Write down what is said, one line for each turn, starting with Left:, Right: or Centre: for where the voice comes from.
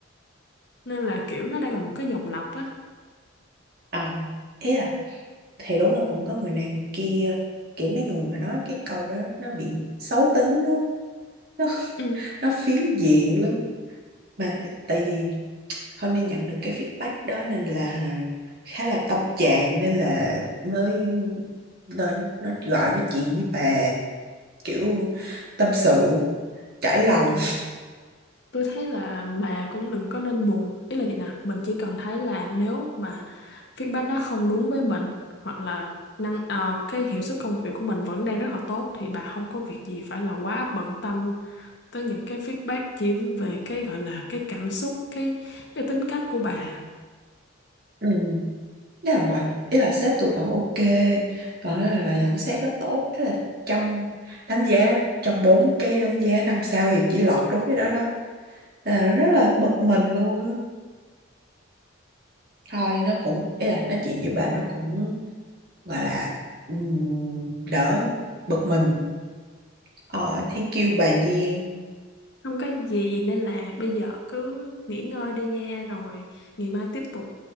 Left: nên là kiểu nó đang là một cái dòng lặp á
Right: ờ ý là thì đúng là cũng có người này người kia kiểu mấy người mà nói cái câu đó nó bị xấu tính á, nó
Left: ừ
Right: nó phiến diện lắm mà tại vì hôm nay nhận được cái feedback đó nên là khá là tâm trạng nên là mới nên nó gọi nói chuyện với bà kiểu tâm sự trải lòng
Left: ừ Tôi thấy là bà cũng đừng có nên buồn. Ý là vậy nè, mình chỉ cần thấy là nếu mà feedback đó không đúng với mình hoặc là năng ờ, cái hiệu suất công việc của mình vẫn đang rất là tốt thì bà không có việc gì phải là quá bận tâm tới những cái feedback chỉ về cái gọi là cái cảm xúc, cái cái tính cách của bà.
Right: ừ. Thế là mọi ý là sếp tôi vẫn ok còn là, là nhận xét đó tốt Thế là trong đánh giá trong bốn cái đánh giá năm sao thì chỉ lọt đúng cái đó đó Thế là rất là bực mình luôn á thôi nó cũng ý là nói chuyện với bà nó cũng gọi là ừm, đỡ bực mình ờ thank you bà Nhiên
Left: Không có gì nên là bây giờ cứ nghỉ ngơi đi nha rồi ngày mai tiếp tục